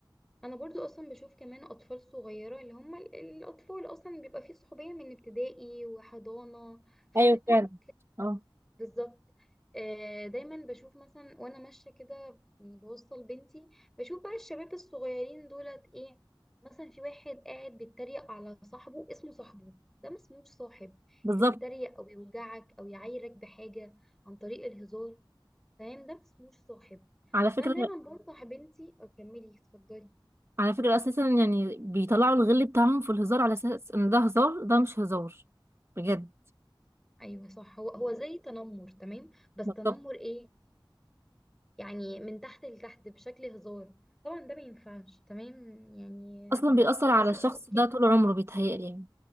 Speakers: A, in the centre; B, on the right.
A: انا برضو اصلا بشوف كمان اطفال صغيره اللي هم ال- الاطفال اصلا بيبقى فيه صحوبيه من ابتدائي وحضانه فاهمه
B: ايوه فعلا اه
A: بالظبط آه، دايما بشوف مثلا وانا ماشيه كده يعني بوصل بنتي بشوف بقى الشباب الصغيرين دولت ايه مثلا في واحد قاعد بيتريق على صاحبه اسمه صاحبه ده ما اسموش صاحب
B: بالظبط
A: اللي يتريق او يوجعك او يعايرك بحاجه عن طريق الهزار فاهم ده ما اسموش صاحب
B: على فكرة
A: فانا دايما بنصح بنتي اكملي اتفضلي
B: على فكرة اساسا يعني بيطلعوا الغل بتاعهم في الهزار على اساس ان ده هزار ده مش هزار بجد
A: ايوه صح هو هو زي تنمر تمام بس
B: بالظبط
A: تنمر ايه يعني من تحت لتحت بشكل هزار طبعا ده ما ينفعش تمام يعني
B: اصلا بيأثر
A: ده
B: على
A: اصلا
B: الشخص
A: ممكن
B: ده طول عمره بيتهيألي يعني